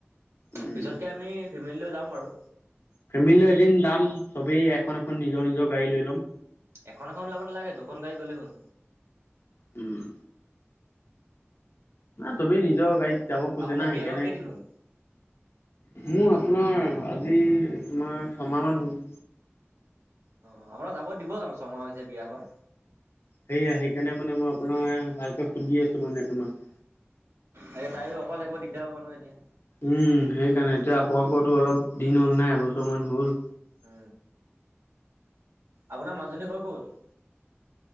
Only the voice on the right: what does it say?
পিছতকে আমি ফেমিলিলৈ যাম বাৰু
এখন এখন লব নালাগে দুখন গাড়ী গ'লে হ'ল
আপোনাৰ
বিয়া
কৰা কেইদিন হ'ল?
অ আপোনাৰ যাব দিব জানো ছমাহ হৈছে বিয়া হোৱা
এতিয়া তাইও অকলে অকলে থাকিব দিগদাৰ হব নহয় এতিয়া
অ আপোনাৰ মাজুহজনীৰ ঘৰ ক'ত